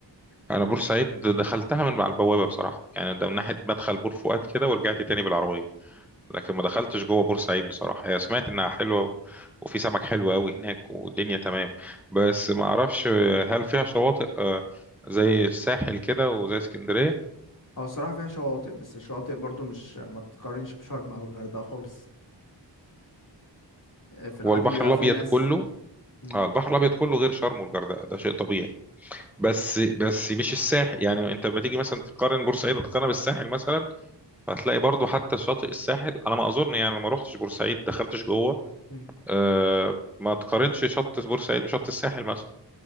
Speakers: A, in the centre; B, on the left (about 45°).
A: انا بورسعيد دخلتها من على البوابه بصراحه يعني ده من ناحيه مدخل بور فؤاد كده ورجعت تاني بالعربيه لكن ما دخلتش جوه بورسعيد بصراحه هي سمعت انها حلوه و- وفي سمك حلو قوي هناك والدنيا تمام بس ما اعرفش هل فيها شواطئ آه، زي الساحل كده وزي اسكندريه
B: هو الصراحة فيها شواطئ بس الشواطئ برضو مش ما تقارنش بشرم أو الغردقة خالص آه، في العادي
A: هو البحر
B: بيبقى
A: الابيض
B: في ناس
A: كله
B: مم.
A: اه البحر الابيض كله غير شرم والغردقه ده شيء طبيعي بس بس مش الساحل يعني انت لما تيجي مثلا تقارن بورسعيد تقارنها بالساحل مثلا هتلاقي برضو حتى شاطئ الساحل على ما اظن يعني أنا ما روحتش بورسعيد دخلتش جوه
B: مم.
A: أه ما تقارنش شط بورسعيد بشط الساحل مثلا